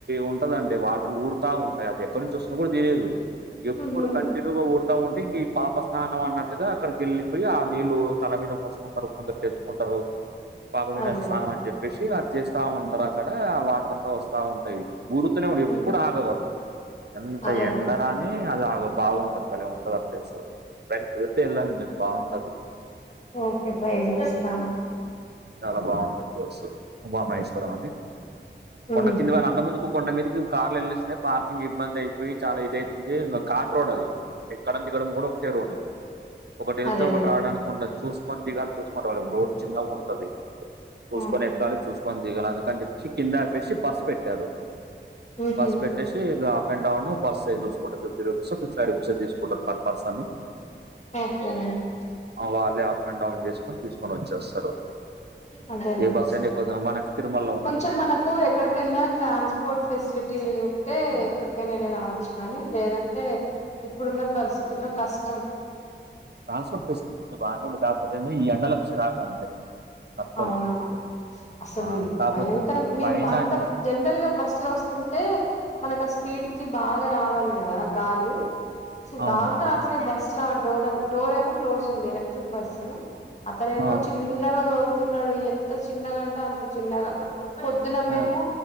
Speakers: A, on the right; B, on the left.
A: ఉంటదండి వాటర్ ఊరుత ఉంటాయి అది ఎక్కడ నుంచి వస్తుందో కూడ తెలియదు ఎప్పుడు
B: ఉహు
A: కంటిన్యూగా ఊడతా ఉంటే ఇంక ఈ పాప స్నానం అన్నట్టుగా అక్కడికెళ్ళి పోయి ఆ నీళ్ళలు తల మీద మూసుకుంటారు కొందరు తెచ్చుకుంటారు పాప
B: అదే
A: <unintelligible> స్థానం
B: అదే
A: అని చెప్ సి అది చేస్త ఉంటారు అక్కడ వాటర్ అంత వస్తా ఉంటాయి ఊరుతూనే ఉ ఎప్పుడు
B: ఉమ్,
A: ఆగవవి ఎంత
B: అదే
A: ఎండరాని
B: అదే.
A: <unintelligible> బాగుంటది భలే ఉంటది ఆ ప్లేస్ ఎప్పుడైన కుదిరితే వెళ్ళండి మీరు బాగుంటది
B: ఒకే ట్రై చేస్తాను
A: చాల బాగుంటది ప్లేస్ ఉమామహేశ్వరం అని కొండ
B: ఉహు
A: కింది వాళ్ళ అంత ముందు కొండ మీద కార్లు వెళ్స్తున్నాయి పార్కింగ్ ఇబ్బంది అయిపోయి చాల ఇది అయితుంది కాట్ రోడ్ అది ఎక్కడం దిగడం ఒకటే రోడ్ ఒకటి వెళ్తే
B: అదేలేండి
A: ఒకటి రావడానికి చూసుకొని దిగాలి చూసుకోని <unintelligible> వాళ్ళ రోడ్ చిన్నగా ఉంటది చూకొని
B: అవును
A: ఎక్కలి చూసు <unintelligible> అందుకని చెప్పసి కింద ఆపేసి బస్ పెట్టారు
B: ఉహు
A: బస్ పెట్ ఇది up and down <unintelligible> fifty రూపెసో <unintelligible> per person
B: okay అండి
A: వాళ్ళే అప్ అండ్ డౌన్ చేసుకొని తీసుకొని వచ్చేస్తారు
B: అదే లెండి
A: ఏ బస్ అయినా ఎక్కువ మనకి తిరుమలలో ఉన్నట్టు
B: కొంచెం మన హో ఎక్కడికిెళ్ళినా ట్రాన్స్పోర్ట్ ఫెసిలిటీ ఉంటే ఎక్కడికైన నే రావచ్చు గానీ లేదంటే ఇప్పుడున్న పరిస్థితుల్లో కష్టం
A: ట్రాన్స్పోర్ట్ ఫెసిలిటీ బాగా ఉంది కాకపోతే ఈ ఎండలకు చిరాకు అంతే తట్టుకోలేం
B: అవునవును అసలు
A: ఆ కాకపోతే
B: భయంకరం మేము
A: పైన
B: అంత
A: అయితే
B: జనరల్ గా బస్సు లో వస్తుంటే మనకు ఆ స్పీడ్ కి బాగా రావాలి కదా గాలి కొంచెం
A: అవును
B: గాలి రాట్లే బస్సు డోర్ డోర్ ఏమో క్లోజ్ ఉంది ఎలక్ట్రిక్ బస్సు అతనే ఏమో
A: ఆ
B: చిన్నగా దోలుతున్నాడు ఎంత చిన్నగాంటే అంత చిన్నగా పొద్దున మేము
A: ఆ